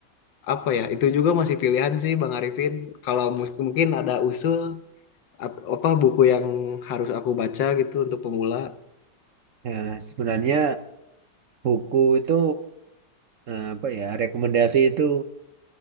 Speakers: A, on the left (about 90°); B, on the right (about 60°).
A: apa ya, itu juga masih pilihan sih Bang Arifin. Kalau mu- mungkin ada usul At- apa buku yang harus aku baca gitu untuk pemula?
B: Ya, sebenarnya buku itu eh, apa ya rekomendasi itu